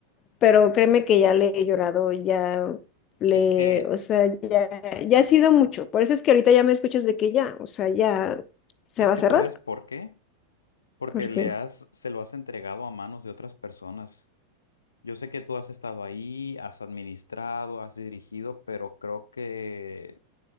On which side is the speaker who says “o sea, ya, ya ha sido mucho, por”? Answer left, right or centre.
Left